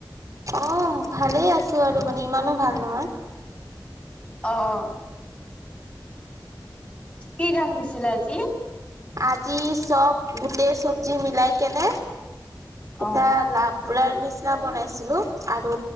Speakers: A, on the right; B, on the left.
A: অ' ভালেই আছো আৰু মানে ইমানো ভাল নহয়।
B: অ' কি গান দিছিলে আজি।
A: আজি চব গোটেই চব্জি মিলাই কেনে এটা
B: অ
A: লাবৰাৰ নিচিনা বনাইছিলো আৰু